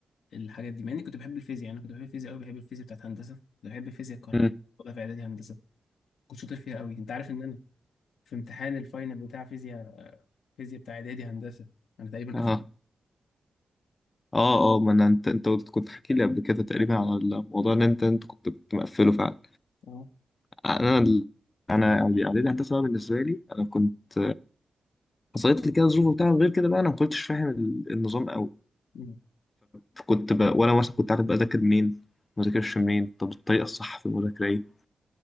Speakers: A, on the left (about 80°); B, on the left (about 35°).
A: الحاجات دي مع اني كنت بحب الفيزياء يعني أنا كنت بحب الفيزياء قوي بحب الفيزياء بتاعت هندسه كنت بحب الفيزياء الكهربائيه
B: مم.
A: كنت في اعدادي هندسه كنت شاطر فيها قوي انت عارف ان انا في امتحان الفاينل بتاع فيزياء فيزياء بتاع اعدادي هندسه انا تقريبا
B: اه
A: قفلت
B: اه اه ما انا انت انت قلت- كنت حكي لي قبل كده تقريبا على الموضوع ان انت انت كنت كنت مقفله فعلا
A: اه
B: انا ال- انا اعدادي هندسة بقى بالنسبة لي انا كنت حصلت لي كده ظروف وبتاع غير كده بقى انا ما كنتش فاهم ال- النظام قوي
A: أمم.
B: فكنت بقى وانا مثلا كنت عارف بذاكر منين ما بذاكرش منين طب الطريقه الصح في المذاكره ايه